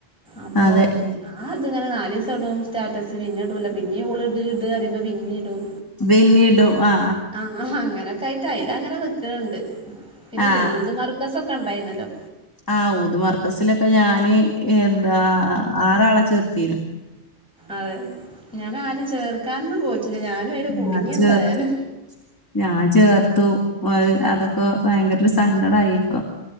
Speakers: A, in the centre; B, on the left.
A: അപ്പൊ
B: അതെ
A: ഞാ അതിങ്ങനെ നാല് ദീസം ഇടും സ്റ്റാറ്റസ് പിന്നെ ഇടൂല പിന്നെം ഓള് ഇട് ഇട് കരയുമ്പോ പിന്നേം ഇടും
B: പിന്നീടും ആ
A: ആണോ അങ്ങനെ ക്കായിട്ട <unintelligible> ആയില്ല അങ്ങനെ നിക്കിണുണ്ട് പിന്നെ
B: ആ
A: രൂത മർക്കസൊ <unintelligible> ക്കെ ഉണ്ടായിന്നല്ലോ
B: ആ ഊത് മർക്കസിലൊക്കെ ഞാന് എന്താ ആറാളെ ചേർത്തീരും
A: അതെ ഞാനാരിം ചേർക്കാനൊന്നും പോയിട്ടില്ല ഞാനും അയില് കുടുങ്ങി
B: ഞാൻ ചേർത്തു
A: എന്തായാലും
B: ഞാൻ ചേർത്തു അ അതൊക്കെ ഭയങ്കര ഒരു സങ്കടായി ഇപ്പം